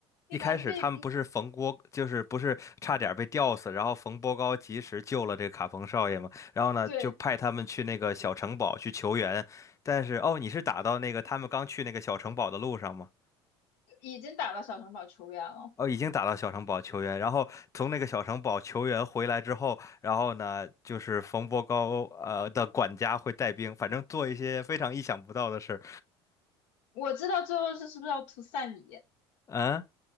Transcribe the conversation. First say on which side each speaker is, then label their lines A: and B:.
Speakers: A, on the left; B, on the left.
A: 那个那
B: 一开始他们不是冯波，就是不是差点被吊死，然后冯波高及时救了这个卡冯少爷嘛，然后呢就派他们去那个小城堡去求援，
A: 对
B: 但是哦，你是打到那个他们刚去那个小城堡的路上吗？
A: 已经打到小城堡球员了。
B: 哦，已经打到小城堡求援，然后从那个小城堡求援回来之后，然后呢，就是冯波高呃的管家会带兵，反正做一些非常意想不到的事儿。
A: 我知道最后是是不是要涂塞米，
B: 嗯，